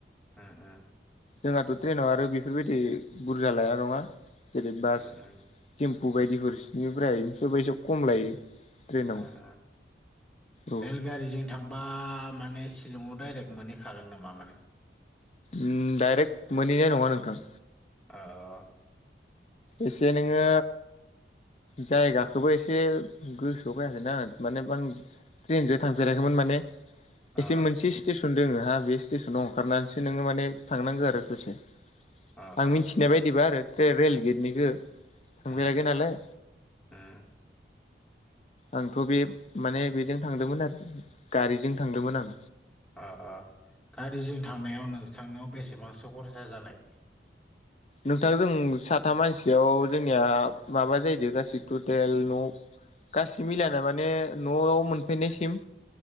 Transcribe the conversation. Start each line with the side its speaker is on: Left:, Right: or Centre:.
Centre: ओ ओ ।
Left: जोंहाथ' ट्रेनाव आरो बेफोरबायदि बुरजा लाया नङा जेरै बास
Centre: उम उम
Left: थेम्पु बायदिफोरनिफ्राय सोरबा एसे खम लायो ट्रेनाव
Centre: आं
Left: औ
Centre: रेलगारिजों थांबा माने शिलंआव डाइरेक्ट मोनहैखागोन नामा माने
Left: उ डाइरेक्ट मोनहैनाय नङा नोंथां।
Centre: आह
Left: एसे नोङो जायगाखौबो एसे गोसोआव फैयाखैना माने बां ट्रेनजों थांफेराखैमोन माने
Centre: अ
Left: एसे मोनसे स्टेसन दङ ह बे स्टेसनाव ओंखारनानैसो नोङो माने थांनांगौ आरो ससे
Centre: अ
Left: आं मिथि
Centre: अ
Left: नाय बायदिबा आरो रेल गेटनिखौ थांफेराखै
Centre: उम
Left: नालाय
Centre: उम
Left: आंथ' बे माने बेजों थांदोंमोन आरो गारिजों थांदोंमोन आं
Centre: आं गारिजों थांनायाव नोंथांनाव बेसेबांसो खरसा जानाय?
Left: नोंथां जों साथाम मानसियाव जोंनिया माबा जाहैदों गासै टटेल न' गासि मिलायना माने न'आव मोनफैनायसिम